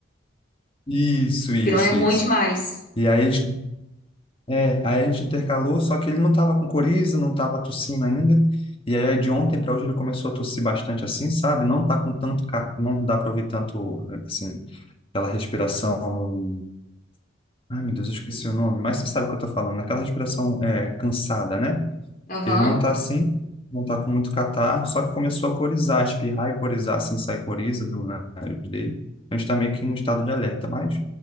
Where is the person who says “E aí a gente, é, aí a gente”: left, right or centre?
Left